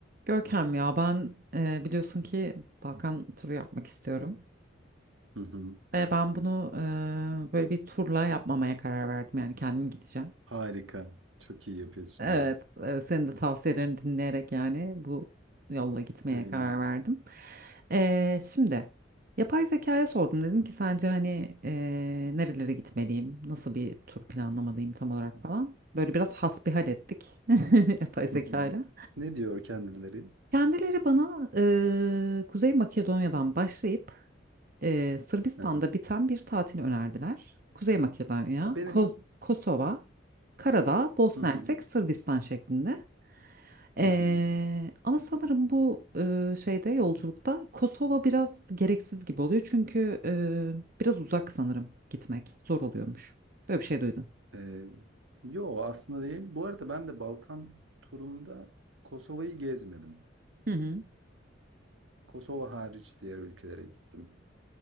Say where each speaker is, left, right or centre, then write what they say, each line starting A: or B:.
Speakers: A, on the right; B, on the right.
A: Görkem ya ben e, biliyorsun ki Balkan turu yapmak istiyorum.
B: Hı hı.
A: Ve ben bunu e, böyle bir turla yapmamaya karar verdim yani kendim gideceğim.
B: Harika. Çok iyi yapıyorsun
A: Evet,
B: ya.
A: evet senin de tavsiyelerini dinleyerek yani bu yolla
B: Sevindim.
A: gitmeye karar verdim. E, şimdi yapay zekaya sordum dedim ki sence hani e, nerelere gitmeliyim, nasıl bir tur planlamalıyım tam olarak falan. Böyle biraz hasbihal ettik <laughs> yapay zekayla.
B: Hı hı. Ne diyor kendileri?
A: Kendileri bana eee, Kuzey Makedonya'dan başlayıp Ee, Sırbistan'da
B: Hı hı.
A: biten bir tatil önerdiler. Kuzey Makedonya,
B: Ha, Benim
A: Ko- Kosova, Karadağ, Bosna
B: hı hı.
A: Hersek, Sırbistan şeklinde. Ee,
B: Hı hı.
A: ama sanırım bu e, şeyde yolculukta Kosova biraz gereksiz gibi oluyor. Çünkü e, biraz uzak sanırım gitmek zor oluyormuş. Böyle bir şey duydum.
B: Ee, yo aslında değil. Bu arada ben de Balkan turunda Kosova'yı gezmedim.
A: Hı hı.
B: Kosova hariç diğer ülkelere gittim.